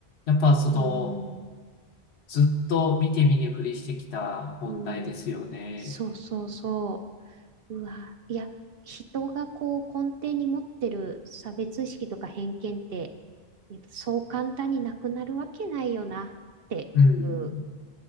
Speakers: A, on the left; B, on the right.
A: やっぱその、
B: うん、
A: ずっと見て見ぬふりしてきた問題ですよね。
B: うん。そうそうそう。うわ、いや、人がこう根底に持ってる差別意識とか偏見って、やっぱそう簡単になくなるわけないよなっていう
A: うん。